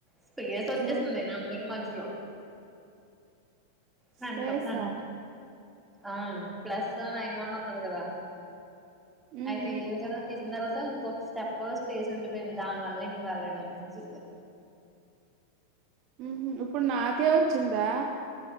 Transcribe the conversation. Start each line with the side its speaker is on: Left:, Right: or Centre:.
Centre: Space వచ్చేసింది
Right: ఏ
Centre: number మజ్యలో ఫ్రంట్
Right: స్పేసా
Centre: ఫ్రంట్ ఆ ప్లస్ నైన్ వన్ అత్తదు కదా
Right: మ్మ్
Centre: ఆయితే ఇయ్యాల గదా తీసిన తర్వాత సో ఇంకొక స్టెప్ స్పేస్ ఉండిపోయింది దాని వల్ల ఇన్వాలిడ్ అని వచ్చింది
Right: ఉమ్ ఇప్పుడు నాకే వచ్చిందా